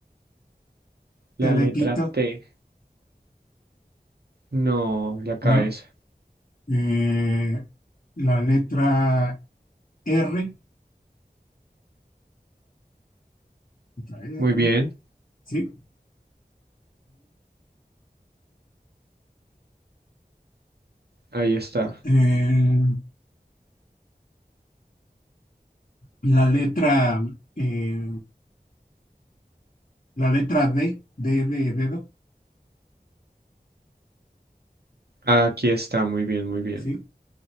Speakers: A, on the right; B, on the left.
A: La
B: T
A: letra
B: de Tito,
A: T. No, la cabeza.
B: ¿no? Eh, la letra R, letra R,
A: Muy bien.
B: sí.
A: Ahí está.
B: Eh, la letra, eh, la letra D, D de dedo,
A: Aquí está. Muy bien, muy bien.
B: sí.